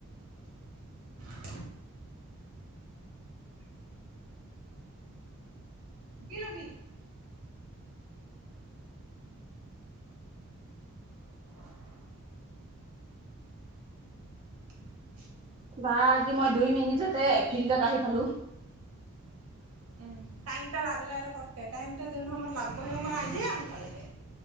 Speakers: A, on the right (about 25°); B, on the right (about 75°).
A: <inaudible>
B: <unintelligible> কি লবি? <unintelligible> <inaudible>
A: বা আজি মই দুই মিনিটতে ফিল্ডত আহি পালো।
B: উম টাইমটা লাগলে আৰু কতে টাইমটা যোন সময়ত লাগব সেই সময়ত আহ দিয়ে এনেকালৈকে।